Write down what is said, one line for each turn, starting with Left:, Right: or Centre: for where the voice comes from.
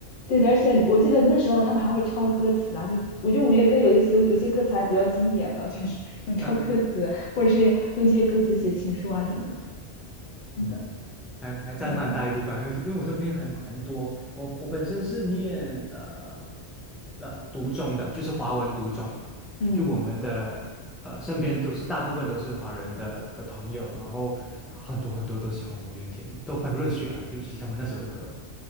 Left: 对的。而且我记得那时候他们还会抄歌词啊，就我觉得五月歌有一些有有些歌词还比较经典的，就是嗯抄歌词，
Centre: 嗯嗯
Left: 或者是用用这些歌词写情书啊什么的。真的，
Centre: 嗯。还还占蛮大一部分啊因为因为我身边还蛮多，
Left: 对，
Centre: 我我本身是念呃呃读中的，就是华文读中，
Left: 嗯。
Centre: 就我们的呃身边都是大部分都是华人的的朋友，然后很多很多都喜欢五月天，都很热血啊，尤其他们那首的歌，